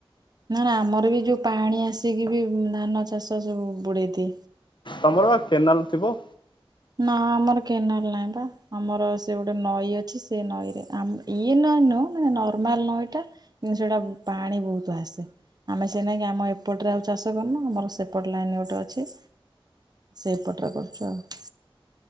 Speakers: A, on the right; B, on the left.
A: ନା ନା ଆମର ବି ଯୋଉ ପାଣି ଆସିକି ବି ଧାନ ଚାଷ ସବୁ ବୁଡେଇ ଦିଏ।
B: ତମର ବା କେନାଲ ଥିବ।
A: ନା ଆମର କେନାଲ ନାହିଁ ପା ଆମର ସେ ଗୋଟେ ନଈ ଅଛି ସେ ନଈରେ ଆ ଇଏ ନଇ ନୁହଁ ମାନେ ନର୍ମାଲ ନଇଟା କିନ୍ତୁ ସେଇଟା ପାଣି ବହୁତ ଆସେ। ଆମେ ସେଇନାକି ଆମ ଏପଟରେ ଆଉ ଚାଷ କରୁନୁ ଆମର ସେପଟ ଲାଇନ୍ ଗୋଟେ ଅଛି। ସେଇପଟରେ କରୁଛୁ ଆଉ।